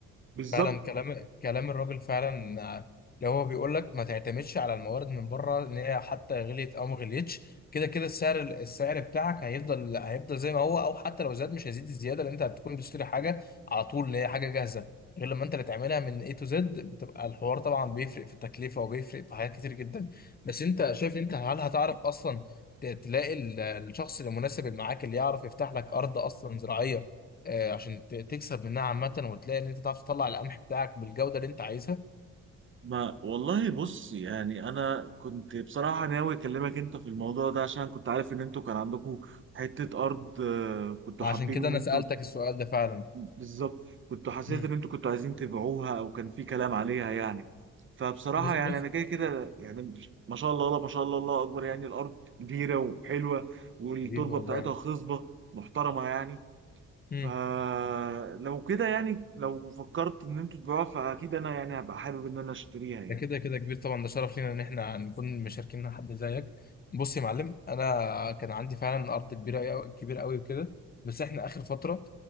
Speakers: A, on the right; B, on the left.
A: بالظبط
B: فعلا كلام كلام الراجل فعلا آه، اللي هو بيقول لك ما تعتمدش على الموارد من بره ان هي حتى غليت او ما غليتش كده كده السعر السعر بتاعك هيفضل هيفضل زي ما هو او حتى لو زاد مش هيزيد الزياده لان انت هتكون بتشتري حاجه على طول اللي هي حاجه جاهزه غير لما انت اللي تعملها من A to Z بتبقى الحوار طبعا بيفرق في التكلفه وبيفرق في حاجات كتير جدا بس انت شايف انت هل هتعرف اصلا ت- تلاقي ال- الشخص المناسب اللي معاك اللي يعرف يفتح لك ارض اصلا زراعيه آه، عشان ت- تكسب منها عامة وتلاقي ان انت تعرف تطلع القمح بتاعك بالجودة اللي انت عايزها
A: ما والله بص يعني انا كنت بصراحة ناوي اكلمك انت في الموضوع ده عشان كنت عارف ان انتوا كان عندكم حتة ارض آه، كنتوا
B: عشان
A: حابين
B: كده
A: ان
B: انا
A: انتوا
B: سألتك السؤال ده فعلا
A: بالظبط كنتوا حسيت
B: مم.
A: ان انتوا كنتوا عايزين تبيعوها او كان في كلام عليها يعني فبصراحة
B: بص بص
A: يعني انا كده كده يعني ما شاء الله لا ما شاء الله الله اكبر يعني الارض كبيرة وحلوة والتربة
B: حبيبي والله
A: بتاعتها خصبة محترمة يعني
B: مم.
A: فلو كده يعني لو فكرت ان انتوا تبيعوها فاكيد انا يعني هبقى حابب ان انا اشتريها يعني
B: ده كده كده كبير طبعا ده شرف لينا ان احنا نكون مشاركين مع حد زيك بص يا معلم انا كان عندي فعلا ارض كبيرة أوي- كبيرة قوي وكده بس احنا اخر فترة